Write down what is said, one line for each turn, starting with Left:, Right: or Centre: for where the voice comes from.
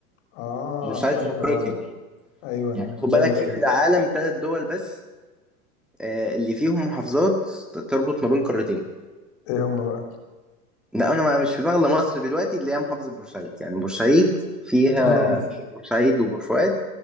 Left: آه
Centre: بورسعيد
Left: سمعت
Centre: في
Left: الموضوع
Centre: افريقيا
Left: ده ايوه
Centre: يعني خد بالك
Left: جامد
Centre: في
Left: قوي
Centre: في العالم ثلاث دول بس آه، اللي فيهم محافظات ت- تربط ما بين قارتين
Left: ايه هم بقى
Centre: لا انا ما- مش في دماغي الا مصر دلوقتي اللي هي محافظه بورسعيد يعني بورسعيد فيها
Left: امم
Centre: بورسعيد وبور فؤاد